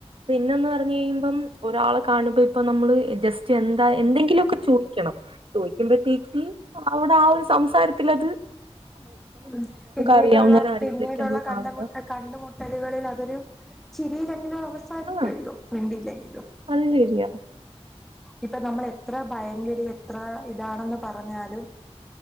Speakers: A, on the right (about 55°); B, in the centre.
A: പിന്നെന്ന് പറഞ്ഞ് കഴിയുമ്പം ഒരാളെ കാണുമ്പോ ഇപ്പ നമ്മള് ജസ്റ്റ് എന്താ എന്തെങ്കിലൊക്കെ ചോദിക്കണം. ചോയ്ക്കുമ്പഴത്തേക്ക് അവിടെ ആ ഒരു സംസാരത്തിലത്
B: ഉം പിന്നീടുള്ള
A: അറിയാവുന്ന ആരെങ്കിലൊക്കെ
B: പിന്നീടുള്ള
A: നമ്മൾ
B: കണ്ടമുട്ടൽ
A: കാണുമ്പോ
B: കണ്ടുമുട്ടലുകളിൽ അതൊരു ചിരിലെങ്കിലും അവ സംസാരിക്ക്വല്ലോ.
A: ആ
B: മിണ്ടില്ലെങ്കിലും
A: അത് ശരിയാ
B: ഇപ്പം നമ്മളെ എത്ര ഭയങ്കരി എത്ര ഇതാണെന്ന് പറഞ്ഞാലും